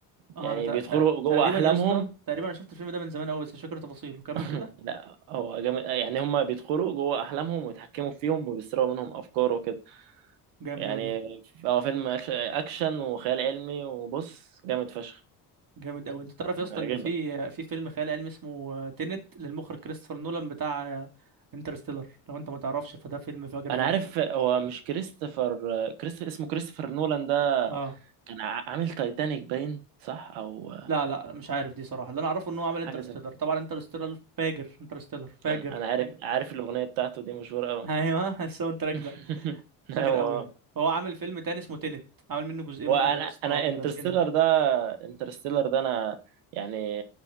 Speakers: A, on the right; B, on the right.
A: اه
B: يعني
A: انا تق-
B: بيدخلوا
A: تق-
B: جوه
A: تقريبا
B: احلامهم
A: يا اسطى تقريبا انا شفت الفيلم ده من زمان قوي بس مش فاكر تفاصيله كمل
B: <laughs>
A: كده
B: لا هو جامد يعني هم بيدخلوا جوه احلامهم ويتحكموا فيهم وبيسرقوا منهم افكار وكده
A: جامد
B: يعني
A: قوي ده
B: هو فيلم أكش- اكشن وخيال علمي وبص جامد فشخ
A: جامد قوي انت تعرف يا اسطى
B: هيعجبك
A: ان في في فيلم خيال علمي اسمه تينت للمخرج كريستوفر نولان بتاع انترستيلر لو انت ما تعرفش فده فيلم فاجر
B: انا
A: برضه
B: عارف هو مش كريستوفر كريست اسمه كريستوفر نولان ده
A: اه
B: كان ع- عامل تايتانيك باين صح او
A: لا لا مش عارف دي صراحه اللي انا اعرفه ان هو عمل انترستيلر
B: حاجه زي
A: طبعا انترستيلر فاجر انترستيلر فاجر
B: انا أنا عارف عارف الاغنيه بتاعته دي مشهوره قوي
A: ايوه <laughs> الساوند تراك
B: <laughs>
A: ده فاجر
B: ايوه
A: قوي هو عامل فيلم تاني اسمه تينت عامل منه جزئين
B: هو انا
A: برضه يا اسطى
B: انا
A: ابن
B: انترستيلر
A: لذينه
B: ده انترستيلر ده انا يعني